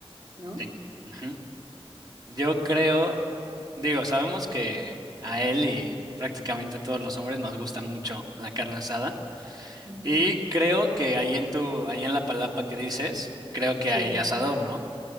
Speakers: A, on the right; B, on the right.
A: ¿no?
B: Sí. Ujú. Yo creo, digo, sabemos que a él y prácticamente a todos los hombres nos gusta mucho la carne asada.
A: Ujú,
B: Y creo que ahí en tu, ahí en la palapa que dices, creo que
A: Sí,
B: hay asador, ¿no?